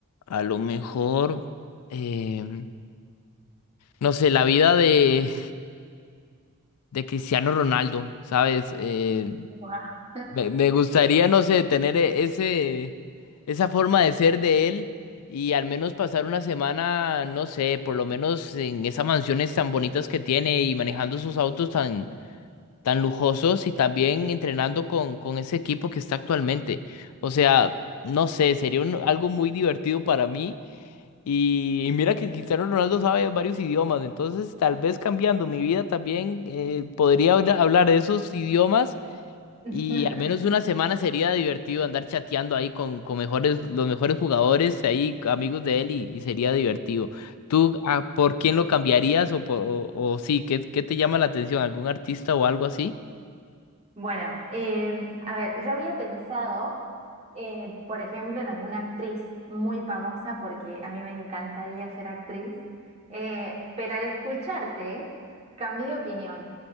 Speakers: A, on the left; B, on the right.
A: a lo mejor, em, no sé, la vida de, de Cristiano Ronaldo, ¿sabes? Eh,
B: Guau.
A: me, me gustaría, no sé, tener e- ese, esa forma de ser de él y al menos pasar una semana, no sé, por lo menos en esas mansiones tan bonitas que tiene y manejando sus autos tan, tan lujosos y también entrenando con, con ese equipo que está actualmente. O sea, no sé, sería un- algo muy divertido para mí. Y, y mira que Cristiano Ronaldo sabe varios idiomas, entonces tal vez cambiando mi vida también eh, podría habla- hablar esos idiomas
B: <laughs>
A: y al menos una semana sería divertido andar chateando ahí con, con mejores, los mejores jugadores, ahí amigos de él y, y sería divertido. ¿Tú ah, por quién lo cambiarías o, por, o, o sí, ¿qué, qué te llama la atención? ¿Algún artista o algo así?
B: Bueno, em, a ver, yo había pensado, eh, por ejemplo, en alguna actriz muy famosa, porque a mí me encantaría ser actriz, eh, pero al escucharte, cambié de opinión